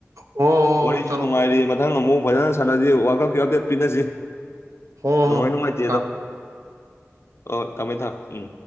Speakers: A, on the right; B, on the left.
A: ꯍꯣ ꯍꯣ
B: ꯋꯥꯔꯤꯁꯨ
A: ꯍꯣ ꯆꯠꯂꯣ
B: ꯅꯨꯡꯉꯥꯏꯔꯤ
A: ꯆꯠꯂꯣ
B: ꯃꯊꯪ ꯑꯃꯨꯛ ꯐꯣꯏꯖꯅ ꯁꯥꯟꯅꯁꯤ ꯋꯥꯔꯜ ꯀꯞꯀꯤ ꯑꯞꯗꯦꯠ ꯄꯤꯅꯁꯤ
A: ꯍꯣ ꯍꯣ
B: ꯅꯉꯥꯏ ꯅꯨꯡꯉꯥꯏꯇꯦꯗꯣ
A: ꯍꯣꯏ ꯊꯝ
B: ꯑ ꯇꯃꯦ ꯊ ꯎꯝ